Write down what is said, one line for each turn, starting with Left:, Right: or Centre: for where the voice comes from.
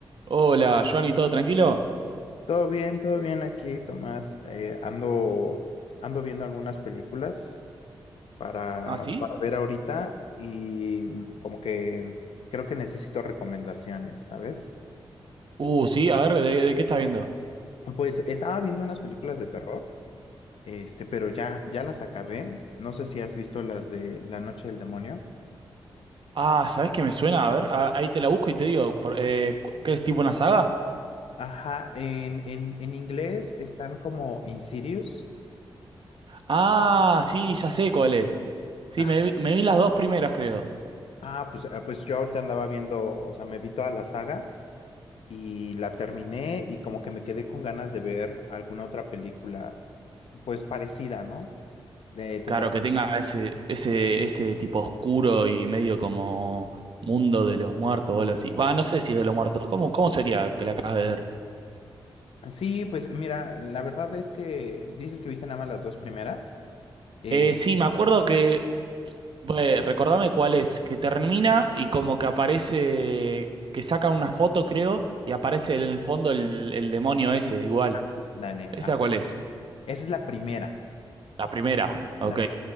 Right: Hola, Johnny, ¿todo tranquilo?
Left: Todo bien, todo bien aquí, Tomás. Eh, ando, ando viendo algunas películas para,
Right: ¿Ah, sí?
Left: para ver ahorita y como que creo que necesito recomendaciones, ¿sabes?
Right: Uh, sí, a ver, ¿de, de qué estás viendo?
Left: Pues estaba viendo unas películas de terror, este, pero ya, ya las acabé. No sé si has visto las de La Noche del Demonio.
Right: Ah, ¿sabés qué me suena? A ver, a- ahí te la busco y te digo, por- eh, cu- ¿qué es tipo una saga?
Left: Ajá, en, en, en inglés están como Insidious.
Right: Ah, sí, ya sé cuál es. Sí,
Left: Ajá.
Right: me vi, me vi las dos primeras, creo.
Left: Ah, pues, ah, pues yo ahorita andaba viendo, o sea, me vi toda la saga. y la terminé y como que me quedé con ganas de ver alguna otra película, pues parecida, ¿no? De tendrá.
Right: Claro, que tenga ese, ese, ese tipo oscuro y medio como mundo de los muertos o algo así. Va, no sé si es de los muertos. ¿Cómo, cómo sería que la acabas de ver?
Left: Sí, pues mira, la verdad es que dices que viste nada más las dos primeras. Eh,
Right: Eh, sí, me acuerdo que Bue- recordame cuál es, que termina y como que aparece, que sacan una foto, creo, y aparece en el fondo el, el demonio ese, igual.
Left: dale,
Right: ¿Esa
Left: ah,
Right: cuál es?
Left: esa es la primera.
Right: La primera, ok,
Left: La,